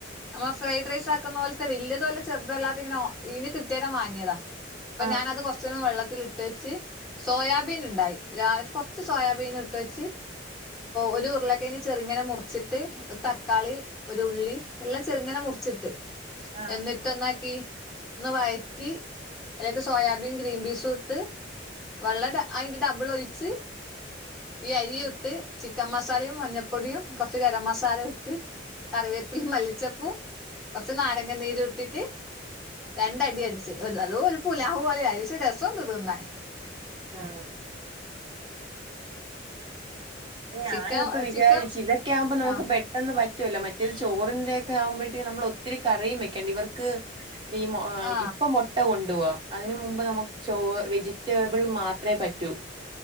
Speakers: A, in the centre; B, on the right.
A: നമ്മള് ഫ്രൈഡ് റൈസ് ആക്ന്ന പോലത്തെ വെല്യതും അല്ല ചെറുതല്ലാത്ത ഇങ്ങനെ ഈ കിട്ടേതം വാങ്ങിയതാ അപ്പ
B: ആഹ്
A: ഞാനത് കൊർ കോർച്ച്ന് വെള്ളത്തിലിട്ട് വെച്ച് സോയാബീൻ ഇണ്ടായി രാ കൊർച്ച് സോയാബീൻ ഇട്ടച്ച് ഒരു ഉരുള കിഴങ്ങ് ചെറിങ്ങനെ മുർച്ചിട്ട് തക്കാളി, ഒരു ഉള്ളി എല്ലാം ചെർങ്ങനെ മുർച്ചിട്ട്
B: ആഹ്
A: എന്നിട്ട് എന്നാക്കി ഒന്ന് വയറ്റി അയ്ലെക്ക് സോയാബീൻ, ഗ്രീൻ പീസും ഇട്ട് വെള്ളം അയ്ന്റെ ഡബിള് ഒഴിച്ച് ഈ അരിയും
B: ആഹ്
A: ഇട്ട് ചിക്കൻ മസാലയും, മഞ്ഞപ്പൊടിയും, കോർച്ച് ഗരം മസാല, ഇട്ട് കറിവേപ്പില മല്ലി ചെപ്പൂ കൊറച്ച് നാരങ്ങ നീര് ഇട്ടിട്ട് രണ്ട അടി അടിച്ച് അത് അതോ ഒരു പുലാഹു പോലെ ആയി. പക്ഷെ രസം ഉണ്ട് തിന്നാൻ
B: <unintelligible> ഞാനിപ്പ
A: ചിക്കൻ
B: വിചാരിച്ചു,
A: ചിക്കൻ
B: ഇതൊക്കെ ആകുമ്പം നമുക്ക്
A: ആ
B: പെ ട്ടെന്ന് പറ്റുല്ല, മറ്റേത് ചോറിന്റെ ഒക്കെ ആവുമ്പഴത്തിനും നമ്മൾ ഒത്തിരി കറിയും വെക്കാണ്ട് ഇവർക്ക് ഈ മോ ഏ
A: ആ
B: ഇപ്പം മൊ ട്ട കൊണ്ടു പോകാം. അതിന് മുമ്പ് നമുക്ക് ചോ വെജിറ്റേബിൾ മാത്രേ പറ്റൂ.